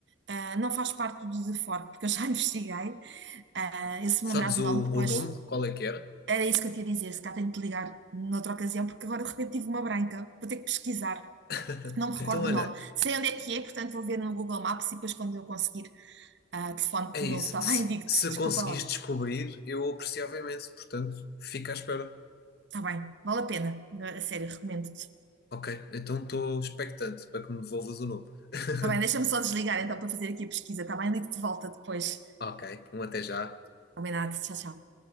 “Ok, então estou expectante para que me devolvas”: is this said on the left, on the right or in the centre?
Left